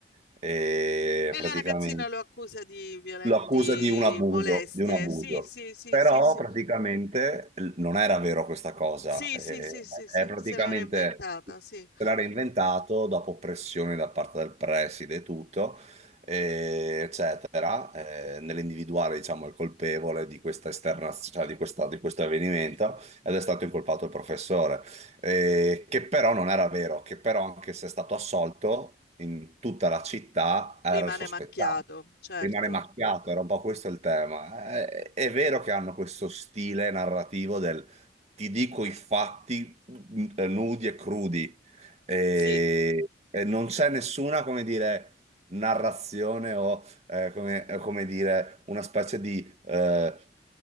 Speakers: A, on the right; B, on the left.
A: e
B: E
A: praticamente...
B: la ragazzina lo accusa di, violen-
A: lo accusa
B: di
A: di un abuso,
B: molestie.
A: di un abuso.
B: Sì, sì, sì,
A: Però
B: sì, sì.
A: praticamente l- non era vero questa cosa,
B: Sì,
A: eh,
B: sì, sì, sì, sì.
A: è praticamente
B: Se l'era inventata, sì.
A: se l'era inventato dopo pressioni da parte del preside e tutto, eh, eccetera, eh, nell'individuare, diciamo, il colpevole di questa esterna, cioè di questa- di questo avvenimento, ed è stato incolpato il professore, eh, che però non era vero, che però anche se è stato assolto, in tutta la città era
B: Rimane
A: il sospettato.
B: macchiato, certo.
A: Rimane macchiato, era un po' questo il tema. Eh, È, vero che hanno questo stile narrativo del ti dico i fatti n- nudi e crudi, e,
B: Sì.
A: e non c'è nessuna, come dire, narrazione o, eh, come, eh, come dire, una specie di, eh,